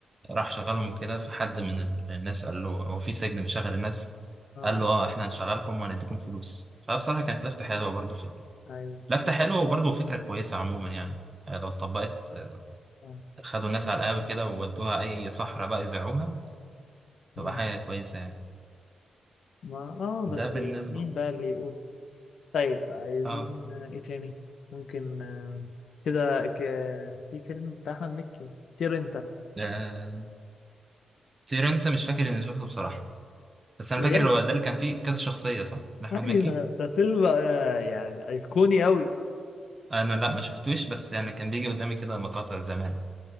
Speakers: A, on the right; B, on the left.
A: راح شغلهم كده فحد من ال- الناس قال له هو في سجن بيشغل الناس
B: اه
A: قال له اه احنا هنشغلكم وهنديكم فلوس فبصراحة كانت لفتة حلوة برضو في ال-
B: ايوه
A: لفتة حلوة وبرضو فكرة كويسة عموما يعني آه، لو اتطبقت آه،
B: اه
A: خدوا الناس على القهوة كده وودوها اي صحراء بقى يزرعوها
B: مم.
A: تبقى حاجة كويسة يعني
B: ما اه
A: ده
B: بس
A: بالنسبة
B: مين بقى اللي يقول طيب عايزين
A: اه
B: آه، ايه تاني ممكن آه، كده ك... في فيلم بتاع أحمد مكي طير انت
A: آه، تير انت مش فاكر اني شفته بصراحة بس انا
B: بجد
A: فاكر هو ده اللي كان فيه كذا شخصية صح لأحمد
B: ايوه
A: مكي
B: ده فيلم آه، يعني أيقوني أوي
A: انا لا ما شفتوش بس يعني كان بيجي قدامي كده مقاطع زمان